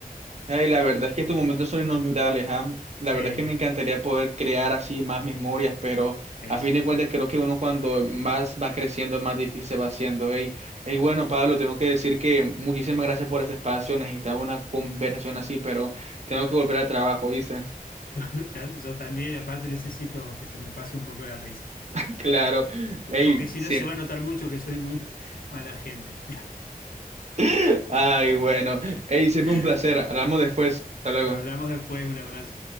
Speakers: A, on the right; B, on the left.
A: Ay, la verdad es que estos momentos son inolvidables, ¿ah? La
B: Sí,
A: verdad es que me encantaría poder crear así más memorias, pero
B: sí,
A: a fin
B: sí.
A: de cuentas creo que uno cuando más va creciendo, más difícil se va haciendo. Y bueno, Pablo, tengo que decir que muchísimas gracias por este espacio. Necesitaba una conversación así, pero tengo que volver al trabajo, ¿viste?
B: <laughs> Ta- Yo también, aparte necesito que se me pase un poco la risa,
A: <laughs> Claro. Ey,
B: porque si
A: sí.
B: no se va a notar mucho que soy muy mala gente.
A: <laughs>
B: <laughs>
A: Ay, bueno. Ey, siempre un placer. Hablamos después. Hasta luego.
B: Hablamos después, un abrazo.